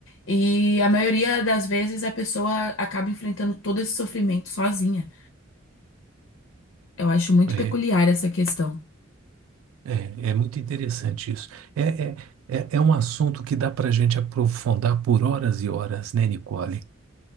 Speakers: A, on the left; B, on the right.
A: e a maioria das vezes a pessoa acaba enfrentando todo esse sofrimento sozinha. Eu acho muito
B: É,
A: peculiar essa questão.
B: é, é muito interessante isso. É, é, é é um assunto que dá para a gente aprofundar por horas e horas, né, Nicole?